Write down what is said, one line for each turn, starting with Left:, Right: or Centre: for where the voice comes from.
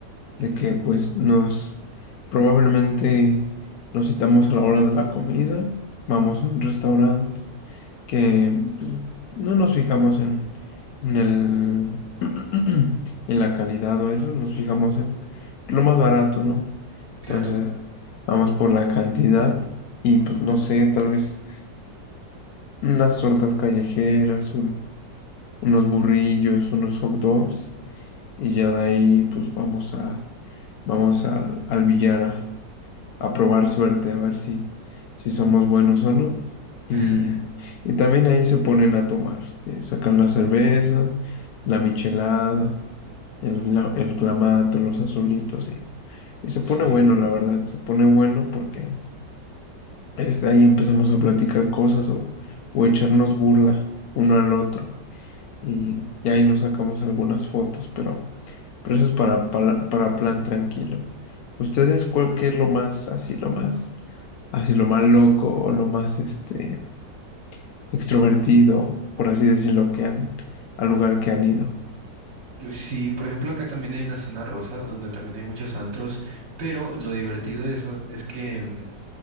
Right: Ujú,
Left: de que pues nos probablemente nos citamos a la hora de la comida, vamos a un restaurante que pues, no nos fijamos en, en el <clears throat> en la calidad o eso, nos fijamos en lo más barato, ¿no? Entonces,
Right: Claro.
Left: vamos por la cantidad y pues no sé, tal vez unas tortas callejeras, un- unos burrillos, unos hot dogs y ya de ahí pues vamos a vamos al, al billar a, a probar suerte, a ver si, si somos buenos o no. Y,
Right: <laughs>
Left: y también ahí se ponen a tomar, que sacan la cerveza, la michelada, el, la- el clamato, los azulitos, y, y se
Right: Sí.
Left: pone bueno, la verdad, se pone bueno porque este, ahí empezamos a platicar cosas o, o echarnos burla uno al otro. Y, y ahí nos sacamos algunas fotos, pero, pero eso es para, para, para plan tranquilo. ¿Ustedes cuál qué es lo más, así, lo más? así lo más loco o lo más este extrovertido, por así decirlo, que han al lugar que han ido.
Right: Sí, por ejemplo, acá también hay una zona rosa donde también hay muchos antros, pero lo divertido de eso es que mm,